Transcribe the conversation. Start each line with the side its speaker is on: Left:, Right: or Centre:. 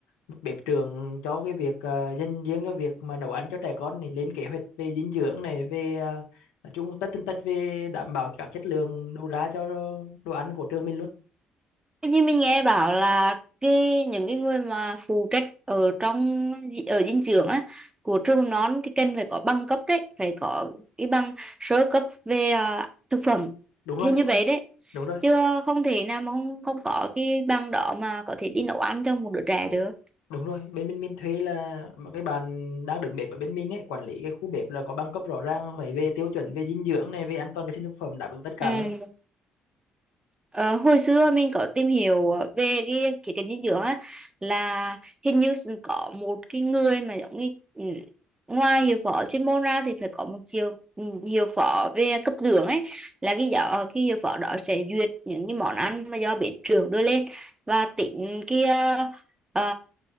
Left: một bếp trưởng cho cái việc ờ, dành riêng cho việc mà nấu ăn cho trẻ con này lên kế hoạch về dinh dưỡng này về ờ, nói chung tất tần tật về đảm bảo các chất lượng đầu ra cho đồ ăn của trường mình luôn
Right: Tuy nhiên mình nghe bảo là cái những cái người mà phụ trách ở trong ở dinh dưỡng á của trường mầm non thì cần phải có bằng cấp đấy, phải có cái bằng sơ cấp về à, thực phẩm
Left: đúng rồi
Right: hình như vậy đấy.
Left: đúng rồi
Right: Chứ không thể nào mà không không có cái bằng đó mà có thể đi nấu ăn cho một đứa trẻ được.
Left: đúng rồi bên bên mình thuê là mà cái bạn đang đứng bếp ở bên mình ấy quản lý cái khu bếp là có bằng cấp rõ ràng phải về tiêu chuẩn về dinh dưỡng này về an toàn vệ sinh thực phẩm đáp ứng tất cả
Right: Ừ. Ờ, hồi xưa mình có tìm hiểu về cái khía cạnh dinh dưỡng á là hình như có một cái người mà giống như ừ, ngoài hiệu phó chuyên môn ra thì phải có một chiều ừ, hiệu phó về cấp dưỡng ấy là cái giáo ờ, cái hiệu phó đó sẽ duyệt những cái món ăn mà do bếp trưởng đưa lên và tính cái ờ, ờ,